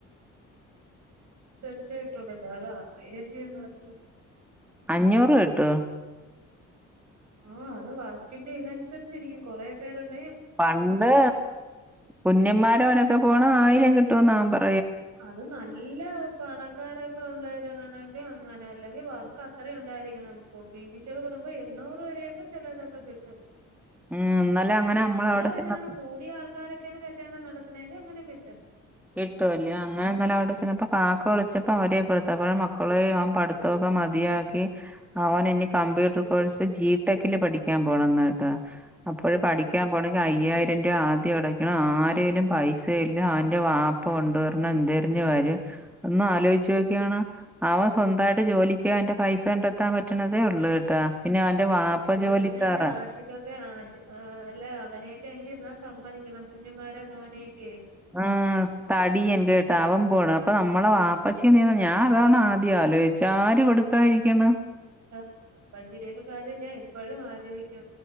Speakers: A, on the right; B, in the centre.
A: സംരിച്ചട്ടുള്ളണ്ടോ അതാ <inaudible> ഉക്ക <inaudible>
B: അഞ്ഞൂറ് കിട്ടും
A: ഓ അത് വർക്കിന്റെ ഇതനുസരിച്ചിരിക്കും കൊറേ പേരുണ്ട്
B: പണ്ട് കുഞ്ഞന്മാര അവനൊക്കെ പോണം ആയി മേടിക്കാൻ കിട്ടുമെന്ന് അവൻ പറഞ്ഞ
A: അത് നല്ല പണക്കാരൊക്കെ ഉള്ളവരെങ്ങണെങ്ക അങ്ങനെ അല്ലെങ്കിൽ വർക്ക് അത്ര ഉണ്ടായിരിക്കണം ഇപ്പൊ പീരിച്ചൊക്കെ കുടുമ്പോ എണ്ണൂറ് വരെയൊക്കെ ചെിലതൊക്കെ കിട്ടും
B: ഉം ഇന്നലെ അങ്ങനെ നമ്മള്
A: നല്ല
B: അവിടെ ചെന്നപ്പോ
A: ഇതാണ് കൂടിയ ആൾക്കാരൊക്കെയാണ് കല്യാണം നടത്ത നടത്തണമെങ്കിൽ അങ്ങനെ കിട്ടും
B: കിട്ടുവല്ല അങ്ങനെന്താലും അവിടെ ചെന്നപ്പോ കാക്ക വിളിച്ചപ്പോ അവരെയൊക്കെടുത്തപ്പോഴെ മക്കള അവൻ പഠിത്തൊക്കെ മതിയാക്കി അവൻ ഇനി കമ്പ്യൂട്ടർ കോഴ്സ് ജിടെക്കില് പഠിക്കാൻ പോണം എന്നായിട്ടാ അപ്പോഴ
A: ഉം
B: പഠിക്കാ പോണെങ്കിൽ അയ്യായിരം <inaudible> ആദ്യം അടയ്ക്കണം ആരങ്കലും പൈസയില്ല ആ വാപ്പ കൊണ്ട പറ എന്തതിരിഞ്ഞു വാര് ഒന്നും ആലോചിച്ചു നോക്കാണ് അവൻ സ്വന്തായിട്ട് ജോലിക്ക് അന്റെ പൈസ കണ്ടെത്താൻ പറ്റണതേ ഉള്ളൂ കേട്ടാ പിന്നെ വാപ്പ
A: അത
B: ജോലിക്കാറാ
A: അങ്ങനെ തന്നെ ആഷിക്കൊക്കെ ആ ആ അല്ല അവനെയൊക്കെ എങ്കിൽ എന്നാ സമ്മതിക്കണം കുഞ്ഞിമാരെ മോനെയൊക്കെ
B: ആ തടിയൻ കേട്ട അവൻ പോണ് അപ്പൊ നമ്മളെ വാപ്പച്ച നീന്ന ഞാൻ അതാണ് ആദ്യം ആലോചിച്ച ആരും കൊടുക്കാ ഇരിക്കണ്
A: ആ പജരേഖ കാര്യം ഞാൻ എപ്പോഴും ആലോചിക്കും